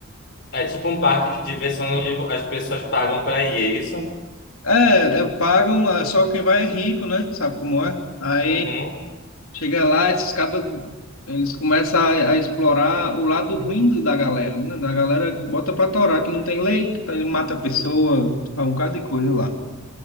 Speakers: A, on the left; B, on the left.
A: é tipo um parque de diversão onde as pessoas pagam pra ir, é isso?
B: É, é, pagam, é, só quem vai é rico, né? Sabe como é? Aí
A: Uhum,
B: chega lá, esses cabas, eles começam a, a explorar o lado ruim do- da galera, né? Da galera bota pra torar que não tem lei, então ele mata a pessoa, faz um bocado de coisa lá.